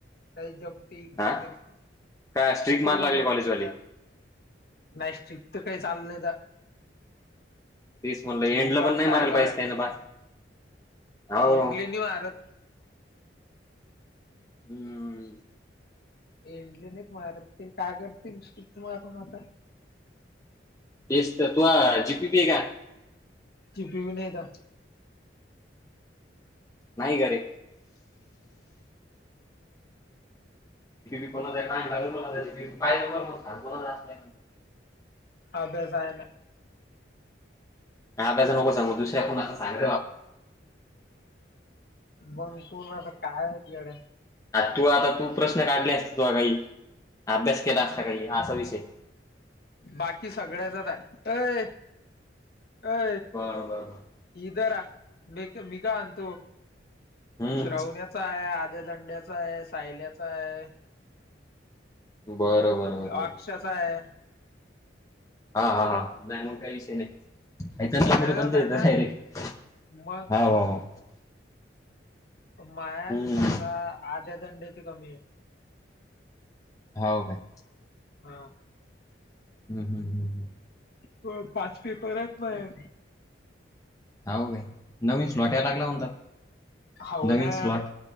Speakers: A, on the left (about 55°); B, on the left (about 20°).
A: नाही जमते इकड
B: हा
A: तरी
B: का स्ट्रीक
A: इकडे
B: मार लागले
A: मी जमते
B: कॉलेजवाले
A: ना नाही स्टिक तर काही चाल नाही तर
B: तेच म्हणलं एंडला
A: भोंगळाच
B: पण नाही
A: कारबार
B: मारायला पाहिजे
A: आहे
B: त्यानं बा हो
A: इंडलेनी भारत
B: हम्म
A: इंडलन एक मारत ते काय करतील श मारण आता
B: तेस तर तू जीपी पी का
A: टि पी नाहीता
B: नाही घरे कोणा पाणी लागून बा नाही
A: अभ्यास आहे ना
B: हा ब्याच नको सांगू दुसऱ्याण असंांग
A: मग कोण तर काय हो तिकडे
B: आ तू आता तू प्रश्न काढले असते तु काही अभ्यास केला असता काही असा विषय
A: बाकी सगळ्याचाच आहे अय अय
B: बरं बरं बर
A: इर मघ मघ अंतु
B: हम्म.
A: श्रवण्याचा आहे आध्या दंड्याचा आहे सायल्याचा आहे
B: बरं बरं बर बर
A: <unintelligible> अक्ष्याचाय
B: हा हा हा नाही मग काय विषय नाही याच्यातनं
A: सगळ्याचाच
B: कुठ बंद येतय
A: आहे ना
B: डायरेकट
A: मग
B: हाव हाव
A: मायान
B: हम्म
A: समजा आध्या दंड्याच कमी आय
B: हावो काय.
A: हा.
B: हम् -हम्म- हम्-
A: प पाच पेपर आहेत माये.
B: हाव काय नवीन स्लॉट याला लागला म्हणतात.
A: हावो
B: नवीन
A: ना
B: स्लॉट